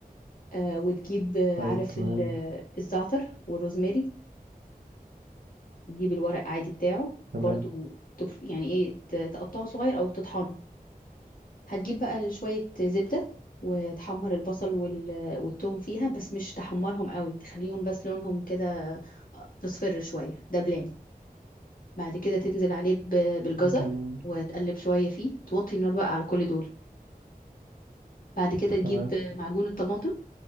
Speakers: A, on the left; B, on the right.
A: آه وتجيب آه،
B: طيب
A: عارف
B: تمام
A: ال- الزعتر والروزماري تجيب الورق عادي بتاعه وبرده
B: تمام
A: يعني ايه ت- تقطعه صغير او تطحنه هتجيب بقى شوية زبدة وتحمر البصل وال- والثوم فيها بس مش تحمرهم قوي تخليهم بس لونهم كده تصفر شوية دبلان بعد كده تنزل عليه ب- بالجزر
B: جميل
A: وتقلب شوية فيه توطي النار بقى على كل دول بعد كده تجيب
B: تمام
A: معجون الطماطم